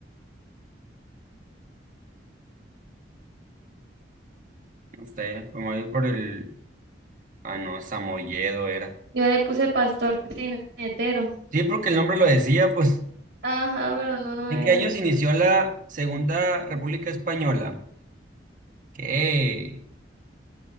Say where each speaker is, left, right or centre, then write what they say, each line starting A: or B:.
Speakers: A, on the right; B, on the right.
A: No sé, me voy por el. Ah, no, Samoyedo era.
B: Yo le puse pastor trinetero.
A: Sí, porque el nombre lo decía, pues.
B: Ajá, pero no, no
A: ¿En
B: era.
A: qué año se inició la Segunda República Española? ¿Qué?